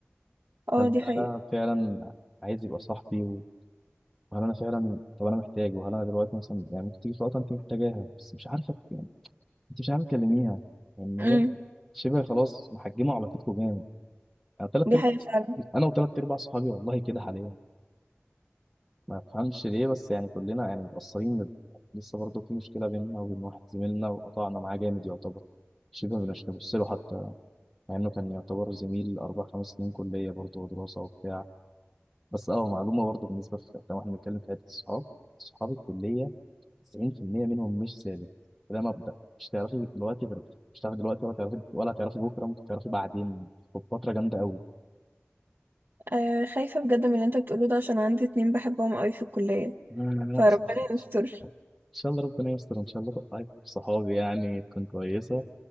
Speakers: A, on the right; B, in the centre.
A: اه
B: هل
A: دي
B: ده
A: حقيقة
B: فعلا عايز يبقى صاحبي هل انا فعلا طب انا محتاج وهل انا دلوقتي مثلا يعني ممكن تيجي في وقت انت محتاجاها بس مش عارفه يعني انت مش عارفه تكلميها يعني
A: امم
B: هي شبه خلاص محجمه علاقتكم جامد انا ثلاث
A: دي
B: ارب...
A: حقيقة فعلا
B: انا وثلاث ارباع صحابي والله كده حاليا ما بفهمش ليه بس يعني كلنا يعني متاثرين لسه برضه في مشكله بيننا وبين واحد زميلنا وقطعنا معاه جامد يعتبر شبه مش نبص له حتى مع انه كان يعتبر زميل اربع خمس سنين كليه برضه ودراسه وبتاع بس اه معلومه برضه بالنسبه في لو احنا بنتكلم في حته الصحاب صحاب الكليه 90% منهم مش ثابت ده مبدأ مش تعرفي دلوقتي غير مش تعرفي دلوقتي ولا تعرفي ولا تعرفي بكره ممكن تعرفي بعدين وفتره جامده قوي
A: آه خايفة بجد من اللي انت بتقوله ده عشان عندي اتنين بحبهم قوي في الكلية
B: لا لا لا
A: فربنا
B: سبحان الله ان
A: يستر
B: شاء الله ربنا يستر ان شاء الله طيب صحابي يعني تكون كويسه